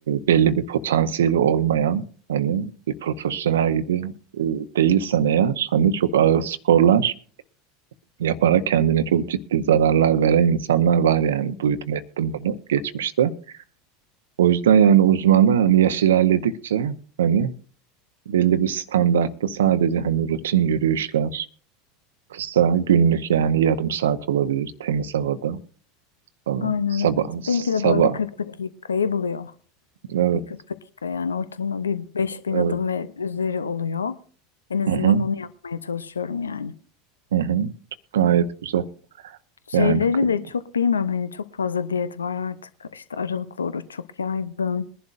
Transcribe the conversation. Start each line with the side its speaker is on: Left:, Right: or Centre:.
Right: belli bir potansiyeli olmayan hani bir profesyonel gibi e, değilsen eğer hani çok ağır sporlar yaparak kendine çok ciddi zararlar veren insanlar var yani duydum ettim bunu geçmişte. O yüzden yani uzmanlar hani yaş ilerledikçe hani belli bir standartta sadece hani rutin yürüyüşler, kısa günlük yani yarım saat olabilir temiz havada falan.
Left: Aynen
Right: Sabah,
Left: evet.
Right: sabah.
Left: Benimki de böyle bir kırklık kayı buluyor.
Right: Evet,
Left: Bir 40 dakika yani ortalama bir beş bin
Right: evet.
Left: adım ve üzeri oluyor. En azından
Right: Hı hı,
Left: onu yapmaya çalışıyorum yani.
Right: hı hı. Gayet güzel.
Left: Şeyleri
Right: Yani kı-
Left: de çok bilmiyorum hani çok fazla diyet var artık. İşte aralıklı oruç çok yaygın.